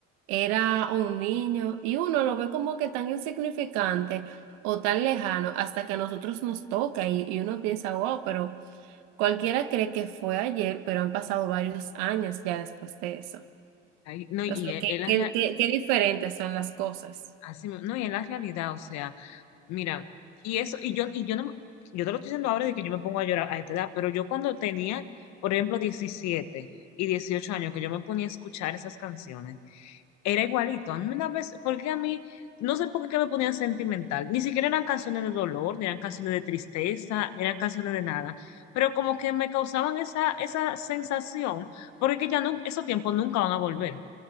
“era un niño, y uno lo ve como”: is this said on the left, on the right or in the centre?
Right